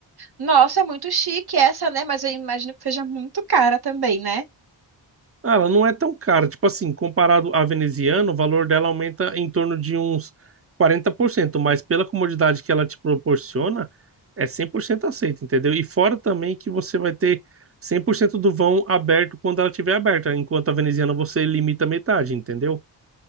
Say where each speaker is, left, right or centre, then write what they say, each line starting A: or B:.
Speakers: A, on the right (about 55°); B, on the right (about 30°).
A: Nossa, é muito chique essa, né? Mas eu imagino que seja muito cara também, né?
B: Ah, ela não é tão cara. Tipo assim, comparado à veneziana, o valor dela aumenta em torno de uns quarenta por cento mas pela comodidade que ela te proporciona, é 100% aceito, entendeu? E fora também que você vai ter 100% do vão aberto quando ela estiver aberta, enquanto a veneziana você limita metade, entendeu?